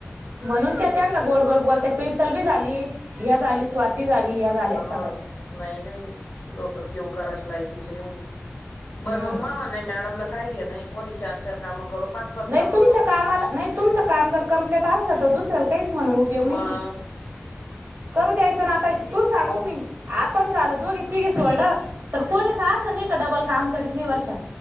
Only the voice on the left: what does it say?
अव्वा
नाही नाही लोकं किव करायची लायकीची नाही. बरं
मंग मामा नाही मॅडमला काय घेन नाही कोणी चार चार काम करू पाच पाच
कामं
करू
मग
बघू